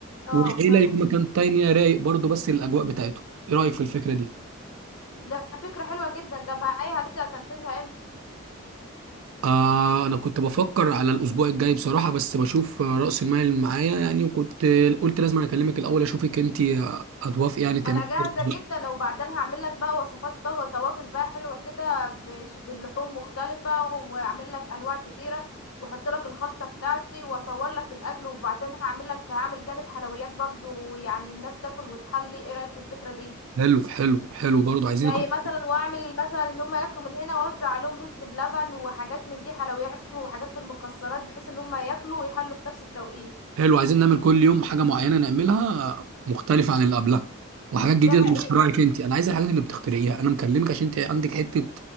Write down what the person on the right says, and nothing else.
والعيله
ليها مكان تاني رايق برضه بس الاجواء بتاعته ايه رايك في الفكره دي
آه انا كنت بفكر على الاسبوع الجاي بصراحه بس بشوف آه، راس المال اللي معايا يعني وكنت آه، قلت لازم أنا اكلمك الاول اشوفك انت آه، هتوافقي يعني تعملي
كده ولا
لأ.
حلو حلو حلو برضه عايزين
نكون-
حلو عايزين نعمل كل يوم حاجة معينة نعملها مختلفة عن اللي قبلها وحاجات جديدة
باختراعك انت انا عايز الحاجات اللي بتخترعيها انا مكلمك عشان انت عندك حتة